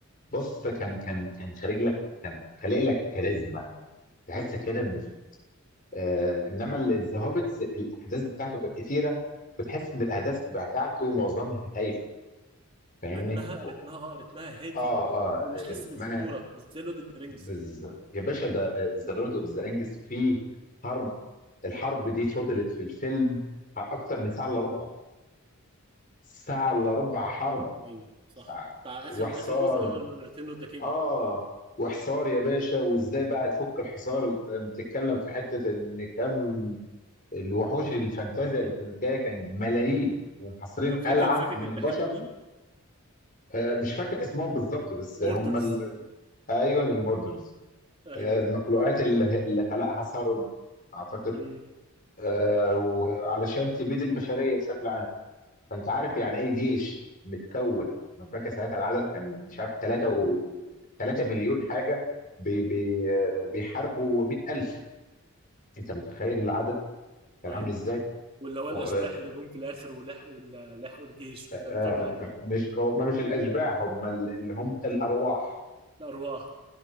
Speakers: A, on the left; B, on the right.
A: بص كان كان كان خارج لك كان خالق لك كاريزما تحس كده ان في- آه انما الزهوبتس الاحداث بتاعته كانت كتيره بتحس ان الاحداث بتاعته معظمها هايفه فاهمني؟
B: رتمها
A: و-
B: رتمها اه رتمها هادي
A: اه اه
B: ومش حاسس
A: رتمها
B: بالخطوره مش زي لورد اوف ذا رينجز
A: بز... يا باشا ده ذا لورد اوف ذا رينجز فيه حرب الحرب دي فضلت في الفيلم اكتر من ساعه الا ربع ساعه الا ربع حرب
B: ايوه صح
A: ساعه
B: بتاع
A: وحصار
B: اخر اخر جزء اللي هو ريتيرن اوف ذا كينج
A: اه وحصار يا باشا وازاي بقى تفك الحصار أنت بتتكلم في حته ان كم الوحوش الفانتازيا اللي كانت جايه كان ملايين ومحاصرين
B: طب فاكر
A: قلعه
B: فاكر
A: من
B: كانوا
A: البشر
B: بيحاربوا مين؟
A: آه مش فاكر اسمهم بالظبط بس
B: موردرز
A: هم ال... ايوه الموردرز
B: ايوه
A: آه، المخلوقات اللي اللي خلقها ثرون اعتقد
B: امم
A: آه، وعلشان تبيد البشريه بشكل عام فانت عارف يعني ايه جيش متكون انا فاكر ساعتها العدد كان مش عارف 3 و 3 مليون حاجه بي بي آه، بيحاربوا 100000 انت متخيل العدد كان
B: ايوه
A: عامل ازاي؟
B: واللي هو
A: و-
B: الاشباح
A: آه،
B: اللي جم في الاخر ولحقوا ال- لحقوا الجيش
A: آه،
B: وبتاع انا فاكر الحاجات
A: مش
B: دي.
A: هم مش الاشباح هم ال- اللي هم الارواح
B: الارواح